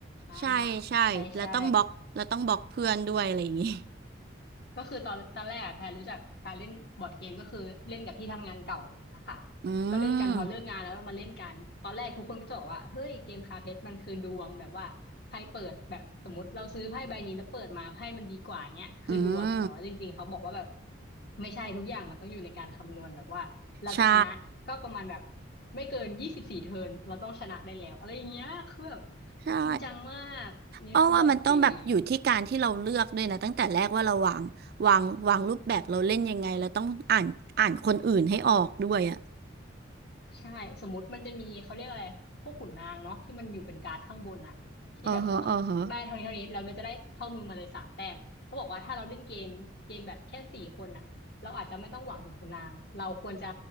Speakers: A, on the left (about 55°); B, on the right (about 50°).
A: อ่า
B: ใช่ใช่แล้วต้องบล็อกแล้วต้องบล็อกเพื่อนด้วยอะไรอย่างงี้
A: ใช่ใช่ ก็คือตอนตอนแรกอะแพรรู้จักการเล่นบอร์ดเกมก็คือเล่นกับที่ทำงานเก่าอย่างเงี้ยค่ะ
B: อื
A: ก็เล่นกันพอเลิกงานแล้วก็มาเล่นกันตอนแรกทุกคนก็จะบอกว่าเฮ้ยเกมคาเพชรมันคือดวงแบบว่าใครเปิดแบบสมมติเราซื้อไพ่ใบนี้แล้วเปิดมาไพ่มันดีกว่าเงี้ยคือดวงแต่ว่าจริงๆเขาบอกว่าแบบ
B: มอืม
A: ไม่ใช่ทุกอย่างมันต้องอยู่ในการคำนวณแบบว่าเราจะชนะก็ประมาณแบบ
B: ใช่
A: ไม่เกินยี่สิบสี่เทิร์นเราต้องชนะได้แล้วอะไรอย่างเงี้ยคือแบบ
B: ใช่
A: จริงจังมากนี่คือบอร์ดเกม
B: อ้อว่ามันต้องแบบอยู่ที่การที่เราเลือกด้วยนะตั้งแต่แรกว่าเราวางวางวางรูปแบบเราเล่นยังไงเราต้องอ่านอ่านคนอื่นให้ออกด้วยอ่ะ
A: ใช่สมมติมันจะมีเขาเรียกอะไรพวกขุนนางเนาะที่มันอยู่เป็นการ์ดข้างบนอะที่แบบมันต้องได้เท่านี้เท่านี้แล้วมันจะได้เข้ามือมาเลยสามแต้มเขาบอกว่าถ้าเราเล่นเกมเกมแบบแค่สี่คนอะเราอาจจะไม่ต้องหวังถึงขุนนางเราควรจะ
B: อ๋อฮะอ๋อฮะ